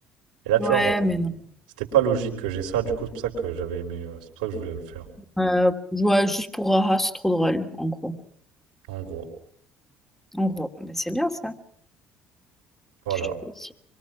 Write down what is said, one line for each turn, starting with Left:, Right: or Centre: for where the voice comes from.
Right: Et là,
Centre: Ouais,
Right: tu vois, on m'attend.
Centre: mais
Right: pas.
Centre: non.
Right: C'était pas logique que j'ai ça, du coup, c'est pour ça que j'avais aimé. euh, C'est pour ça que je voulais le faire.
Centre: Euh, ouais, juste pour Haha, c'est trop drôle, en gros.
Right: En gros.
Centre: En gros, mais c'est bien ça.
Right: Voilà.
Centre: Je te félicite.